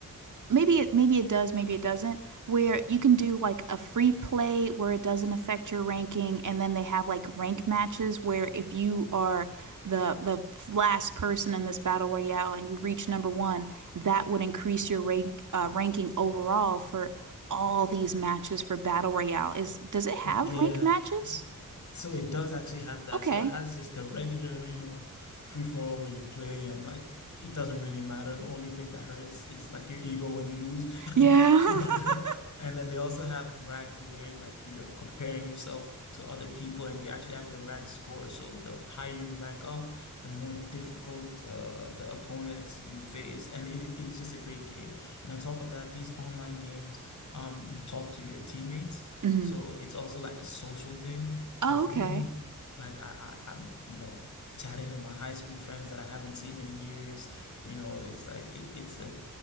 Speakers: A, on the right; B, on the left.
A: maybe it maybe it does, maybe it doesn't, where you can do like a free play where it doesn't affect your ranking, and then they have like rank matches where if you are the the last person in this battle royale and you reach number one, that would increase your rank uh, ranking overall for all these matches for battle royale. Is does it have
B: Yeah.
A: rank matches?
B: S- So it does actually have that.
A: Okay.
B: So it has just the regular, you know, free for all where you play and like it doesn't really matter. The only thing that hurts is like your ego when you lose.
A: Yeah.
B: <laughs> But
A: <laughs>
B: and then they also have ranked where like you're comparing yourself to other people and you actually have your rank score. So the higher you rank up, the more difficult uh, the opponents you face. And it, it's just a great game. And on top of that, these online games, um, you talk to your teammates.
A: hmm
B: So it's also like a social thing. So
A: Oh,
B: for
A: okay.
B: me, like I, I I'm, you know, chatting with my high school friends that I haven't seen in years, you know, it's like it, it's a